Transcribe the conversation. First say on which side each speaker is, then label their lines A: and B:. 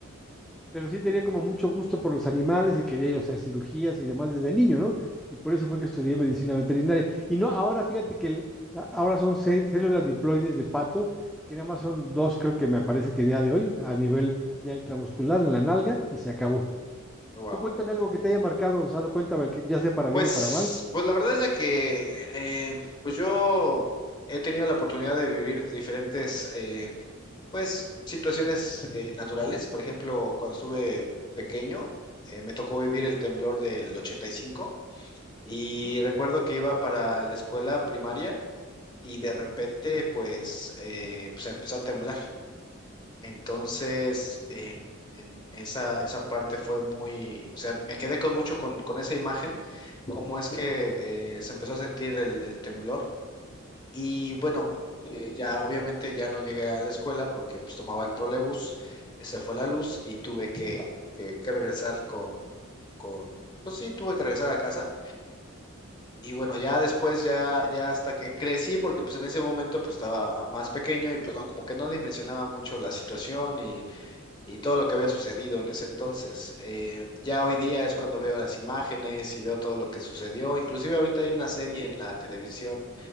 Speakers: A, in the centre; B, on the left.
A: Pero sí tenía como mucho gusto por los animales y quería yo hacer cirugías y demás desde niño, ¿no? Y por eso fue que estudié medicina veterinaria. Y no, ahora fíjate que el- la- ahora son seis células diploides de pato, que nada más son dos, creo que me parece que día de hoy, a nivel ya intramuscular, en la nalga, y se acabó.
B: Wow.
A: Tú cuéntame algo que te haya marcado, Gonzalo, cuéntame, que ya sea para bien
B: Pues,
A: o para mal.
B: pues la verdad es de que eh, pues yo he tenido la oportunidad de vivir diferentes eh, pues situaciones eh, naturales. Por ejemplo, cuando estuve pequeño, eh, me tocó vivir el temblor del 85 y cinco y
A: Ujú.
B: recuerdo que iba para la escuela primaria y de repente pues, eh, pues empezó a temblar. Entonces, em, en esa, esa parte fue muy, o sea, me quedé con mucho con, con esa imagen, cómo es que eh, se empezó a sentir el, el temblor. Y bueno, eh, ya obviamente ya no llegué a la escuela porque pues tomaba el trolebús, se fue la luz y tuve que, que- que regresar con, con, pues sí, tuve que regresar a casa. Y bueno, ya después, ya, ya hasta que crecí, porque pues en ese momento pues estaba más pequeño y pues no, como que no dimensionaba mucho la situación y todo lo que había sucedido en ese entonces. Eh, ya hoy día es cuando veo las imágenes y veo todo lo que sucedió. Inclusive ahorita hay una serie en la televisión